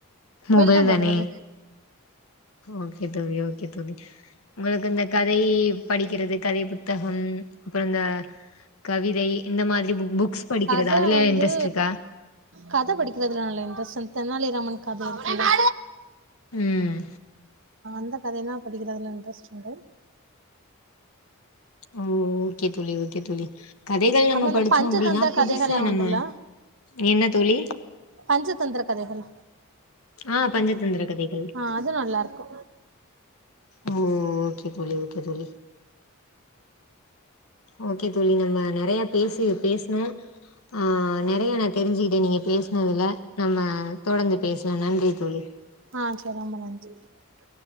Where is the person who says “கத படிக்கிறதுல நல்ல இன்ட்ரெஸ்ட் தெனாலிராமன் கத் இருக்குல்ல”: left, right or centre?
Right